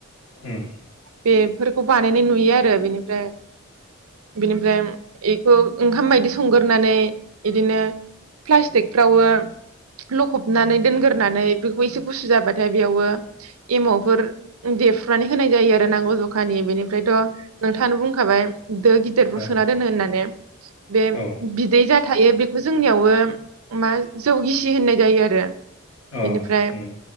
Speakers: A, on the left; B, on the right.
A: उम।
B: बेफोरखौ बानायनाय नुयो आरो बेनिफ्राय बेनिफ्राय बेखौ ओंखाम बायदि संग्रोनानै बिदिनो प्लास्टिकफ्रावो लखबनानै दोनग्रोनानै बेखौ एसे गुसु जाबाथाय बेयावबो एमावफोर देफ्रुनानै होनाय जायो आरो नांगौ जखानि बेनिफ्रायथ नोंथाङानो बुंखाबाय दो गिदिरफोराव
A: औ
B: सोना दोनो होननानै बे
A: उम
B: बिदै जा थायो बेखौ जोंनियावो मा जौ गिसि होननाय जायो आरो।
A: औ
B: बेनिफ्राय
A: उम